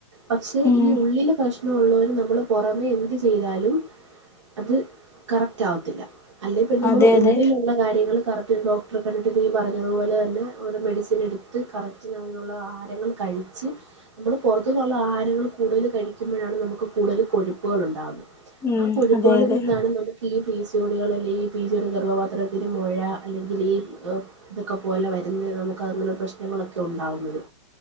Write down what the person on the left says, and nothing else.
ഉം
അതെ
അതെ
ഉം
അതെ അതെ